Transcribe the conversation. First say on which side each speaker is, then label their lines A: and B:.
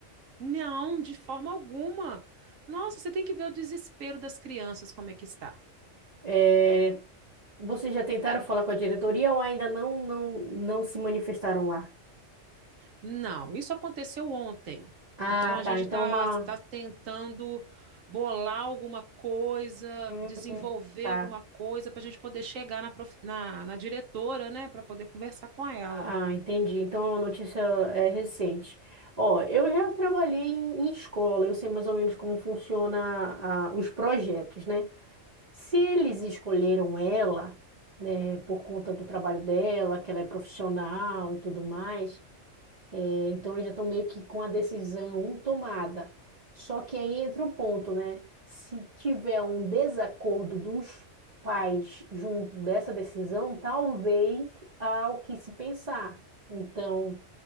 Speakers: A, on the right; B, on the right.
A: Não, de forma alguma. Nossa, você tem que ver o desespero das crianças, como é que está.
B: É, Vocês já tentaram falar com a diretoria ou ainda não, não, não se manifestaram lá?
A: Não, isso aconteceu ontem.
B: Ah,
A: Então a
B: tá.
A: gente
B: Então
A: está
B: uma.
A: tá tentando bolar alguma coisa,
B: Hum,
A: desenvolver
B: tá.
A: alguma coisa para a gente poder chegar na, prof- na, na diretora, né, para poder conversar com ela.
B: Ah, entendi. Então é uma notícia é, recente. Ó, eu já trabalhei em, em escola, eu sei mais ou menos como funciona a- os projetos, né? Se eles escolheram ela, né, por conta do trabalho dela, que ela é profissional e tudo mais, é, então eles já estão meio que com a decisão tomada. Só que aí entra o ponto, né? Se tiver um desacordo dos pais junto dessa decisão, talvez há o que se pensar. Então,